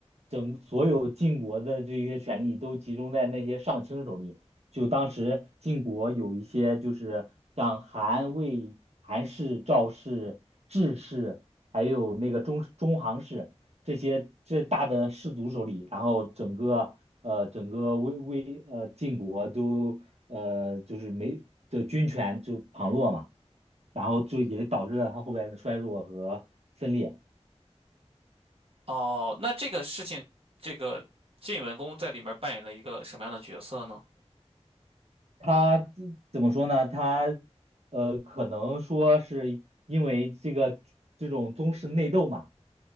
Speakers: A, on the right; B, on the right.
A: 整所有晋国的这些权力都集中在那些上卿手里。就当时晋国有一些就是像韩魏、韩氏、赵氏、智氏，还有那个中中行氏。这些这大的氏族手里，然后整个呃整个魏魏呃晋国都呃就是没的军权就旁落嘛，然后就也导致了他后边的衰落和分裂。
B: 哦，那这个事情，这个晋文公在里面扮演了一个什么样的角色呢？
A: 他自怎么说呢？他呃，可能说是因为这个这种宗室内斗嘛，